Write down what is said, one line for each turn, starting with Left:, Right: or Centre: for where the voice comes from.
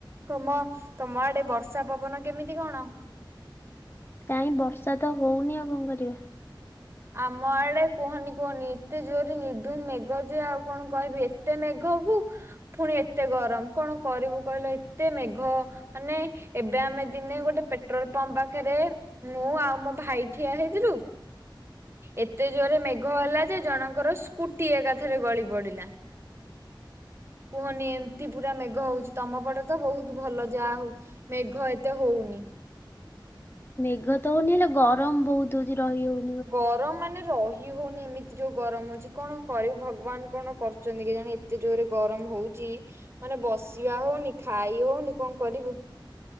Right: ତମ ତମ ଆଡେ ବର୍ଷା ପବନ କେମିତି କଣ?
Left: କାଇଁ ବର୍ଷା ତ ହୋଉନି ଆଉ କଣ କରିବା।
Right: ଆମ ଆଡେ କୁହନି କୁହନି ଏତେ ଜୋରରେ ନିର୍ଦ୍ଧୁମ ମେଘ ଯେ ଆଉ କଣ କହିବି। ଏତ ଏତେ ମେଘକୁ ପୁଣି ଏତେ ଗରମ କଣ କରିବୁ କହିଲ ଏତେ ମେଘ ମାନେ ଏବେ ଆମେ ଦିନେ ଗୋଟେ ପେଟ୍ରୋଲ ପମ୍ପ ପାଖରେ ମୁଁ ଆଉ ମୋ ଭାଇ ଠିଆ ହେଇଥିଲୁ ଏତେ ଜୋରେ ମେଘ ହେଲା ଯେ ଜଣଙ୍କର ସ୍କୁଟି ଏକାଥରେ ଗଳି ପଡିଲା। କୁହନି ଏମତି ପୁରା ମେଘ ହୋଉଚି। ତମ ପଟେ ତ ବହୁତ ଭଲ ଯାହା ହଉ। ମେଘ ଏତେ ହୋଉନି।
Left: ମେଘ ତ ହୋଉନି ହେଲେ ଗରମ ବହୁତ ହୋଉଚି ରହି ହଉ
Right: ଗର୍ ରମ୍ ମାନେ ରହି ହଉନି ଏମିତି ଯୋଉ ଗରମ ହୋଉଚି କଣ କରିବୁ ଭଗବାନ କଣ କରୁଚନ୍ତି କେ ଜାଣି? ଏତେ ଜୋର ରେ ଗରମ ହୋଉଚି ମାନେ ବସିବା ହୋଉନି ଖାଇ ହୋଉନି କଣ କରିବୁ।